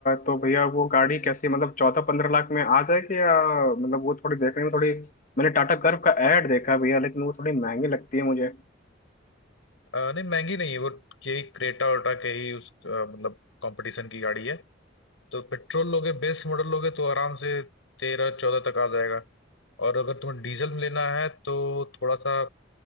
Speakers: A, on the left; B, on the left.
A: तो भैया वो गाड़ी कैसी मतलब चौदह पंद्रह लाख में आ जाएगी या मतलब वो थोड़ी देखने में थोड़ी मैंने टाटा कर्व का ऐड देखा है भैया लेकिन वो थोड़ी महंगी लगती है मुझे
B: अ, नहीं महंगी नहीं है वो यही क्रेटा वेटा के ही उस अ, मतलब कंपटीशन की गाड़ी है तो पेट्रोल लोगे बेस मॉडल लोगे तो आराम से तेरह चौदह तक आ जाएगा और अगर तुम्हें डीजल में लेना है तो थोड़ा सा